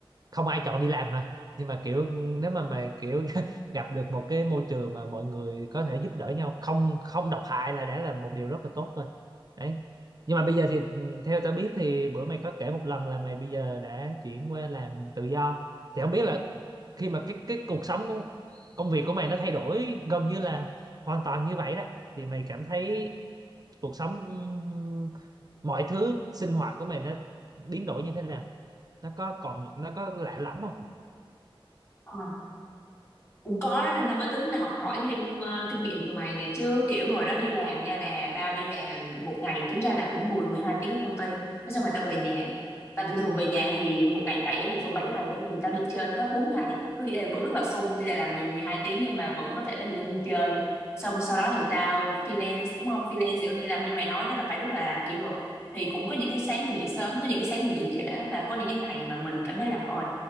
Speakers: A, on the right; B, on the left.
A: không ai chọn đi làm mà nhưng mà kiểu nếu mà mày kiểu <laughs> gặp được một cái môi trường mà mọi người có thể giúp đỡ nhau không không độc hại là đã là một điều rất là tốt rồi đấy nhưng mà bây giờ thì ừ, theo tao biết thì bữa mày có kể một lần là mày bây giờ đã chuyển qua làm tự do thì không biết là khi mà cái cái cuộc sống của công việc của mày nó thay đổi gần như là hoàn toàn như vậy đó thì mày cảm thấy cuộc sống ừm, mọi thứ sinh hoạt của mày nó biến đổi như thế nào nó có còn nó có lạ lẫm không
B: Ờ, cũng có đó nên tao mới tính là học hỏi thêm ờ, kinh nghiệm từ mày nè chứ kiểu hồi đó đi làm nha là tao đi làm một ngày tính ra là cũng mười mười hai tiếng ở công ty Thế xong rồi tao về nhà và bình thường về nhà thì một ngày bảy một tuần 7 ngày đây thì tao đi chơi hết bốn ngày có nghĩa là vẫn rất là sung tuy là làm mười mười hai tiếng nhưng mà vẫn có thể là thời gian đi chơi xong sau đó thì tao freelance đúng không freelance thì có nghĩa là như mày nói đó là phải rất là kỷ luật thì cũng có những cái sáng mình dậy sớm có những cái sáng mình dậy trễ và có những cái ngày mà mình cảm thấy là ôi